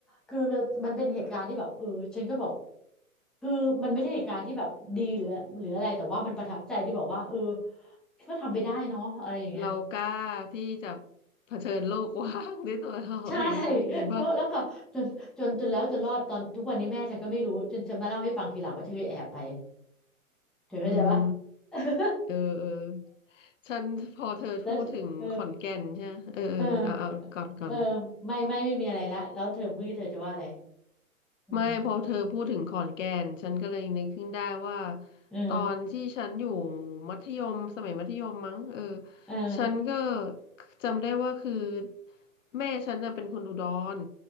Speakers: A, in the centre; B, on the left.
A: คือมันเป็นเหตุการณ์ที่แบบเออฉันก็แบบคือมันไม่ใช่เหตุการณ์ที่แบบดีหรือหรืออะไรแต่ว่ามันประทับใจที่บอกว่าเออก็ทำไปได้เนาะอะไรอย่างเงี้ย
B: เรากล้าที่จะเผชิญโลกกว้างด้วยตัวเราเองอะไรอย่างงี้ป่ะ
A: ใช่ <laughs> แล้วแล้วก็จนจนจนแล้วจนรอดตอนทุกวันนี้แม่ฉันก็ไม่รู้จนฉันมาเล่าให้ฟังทีหลังว่าฉันเคยแอบไปเธอเข้าใจปะ
B: อืม
A: <laughs>
B: เออเออฉันพอเธอพูดถึงขอนแก่นใช่ไหมเออเออเอาเอาก่อนก่อน
A: แล้วเออเออเออไม่ไม่ไม่มีอะไรละแล้วเธอเมื่อกี้เธอจะว่าอะไรอืม
B: ไม่พอเธอพูดถึงขอนแก่นฉันก็เลยนึกขึ้นได้ว่า
A: เออ
B: ตอนที่ฉันอยู่มัธยมสมัยมัธยมมั้งเออ
A: เออ
B: ฉันก็จำได้ว่าคือแม่ฉันน่ะเป็นคนอุดร